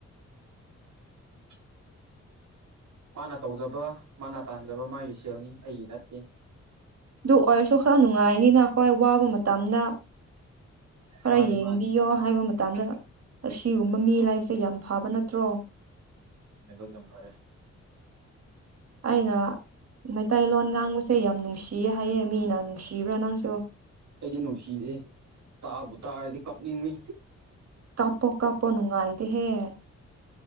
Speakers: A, on the right; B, on the right.
A: <inaudible> ꯃꯥꯅ ꯇꯧꯖꯕ ꯃꯥꯅ ꯇꯥꯟꯖꯕ ꯃꯥꯒꯤ ꯁꯦꯜꯅꯤ ꯑꯩꯒꯤ ꯅꯠꯇꯦ
B: ꯑꯗꯨ ꯑꯣꯏꯔꯁꯨ ꯈꯔ ꯅꯨꯡꯉꯥꯏꯅꯤꯅ ꯑꯩꯈꯣꯏ ꯋꯥꯕ ꯃꯇꯝꯗ ꯈꯔ
A: ꯃꯥꯅꯦ
B: ꯌꯦꯡꯕꯤ
A: ꯃꯥꯅꯦ
B: ꯌꫭ ꯍꯥꯏꯕ ꯃꯇꯝꯗ ꯑꯁꯤꯒꯨꯝꯕ ꯃꯤ ꯂꯥꯏꯕꯁꯦ ꯌꯥꯝ ꯐꯥꯕ ꯅꯠꯇ꯭ꯔꯣ
A: ꯂꯥꯏꯕꯛ ꯌꯥꯝ ꯐꯔꯦ
B: ꯑꯩꯅ ꯃꯩꯇꯩꯂꯣꯟ ꯉꯥꯡꯕꯁꯦ ꯌꯥꯝ ꯅꯨꯡꯁꯤꯌꯦ ꯍꯥꯏꯌꯦ ꯃꯤꯅ ꯅꯨꯡꯁꯤꯕ꯭ꯔꯥ ꯅꯪꯁꯨ
A: ꯑꯩꯗꯤ ꯅꯨꯡꯁꯤꯗ‌ꯦ ꯇꯥꯕꯨ ꯇꯥꯔꯗꯤ ꯀꯞꯅꯤꯡꯉꯤ
B: ꯀꯥꯄꯣ ꯀꯥꯄꫭ ꯅꯨꯡꯉꯥꯏ ꯇ‌ꯦꯍ‌ꯦ